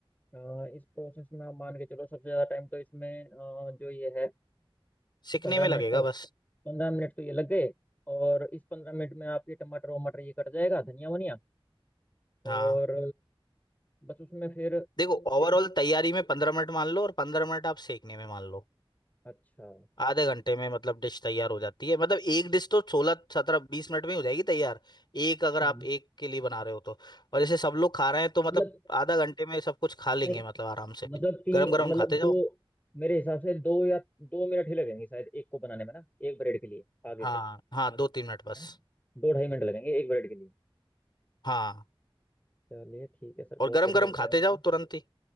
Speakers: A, on the left; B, on the left.
A: अ, इस प्रोसेस में आप मान के चलो सबसे ज़्यादा टाइम तो इसमें अ, जो ये है
B: सीखने
A: पंद्रह
B: में
A: मिनट
B: लगेगा
A: तो
B: बस
A: पंद्रह मिनट तो ये लग गए और इस पंद्रह मिनट में आपके टमाटर वमाटर ये कट जाएगा धनिया वनिया और
B: हाँ
A: बस उसमें फिर
B: देखो ओवरऑल
A: पेस्ट
B: तैयारी में पंद्रह मिनट मान लो और पंद्रह मिनट आप सीखने में मान लो
A: अच्छा
B: आधे घंटे में मतलब डिश तैयार हो जाती है मतलब एक डिश तो सोलह सत्रह बीस मिनट में ही हो जाएगी तैयार एक अगर
A: हम्म
B: आप एक के लिए बना रहे हो तो और जैसे सब लोग खा रहे हैं तो मतलब
A: मतलब
B: आधा घंटे में सब कुछ खा लेंगे
A: नहीं
B: मतलब आराम से
A: मतलब तीन
B: गरम गरम
A: मतलब
B: खाते जाओ
A: दो मेरे हिसाब से दो या दो मिनट ही लगेंगे शायद एक को बनाने में ना एक ब्रेड के लिए आगे
B: हाँ
A: से
B: हाँ दो तीन मिनट बस
A: है ना दो ढाई मिनट लगेंगे एक ब्रेड के लिए
B: हाँ
A: चलिए ठीक है सर बहुत
B: और गरम
A: बढ़िया
B: गरम
A: बताया
B: खाते
A: आपने
B: जाओ तुरंत ही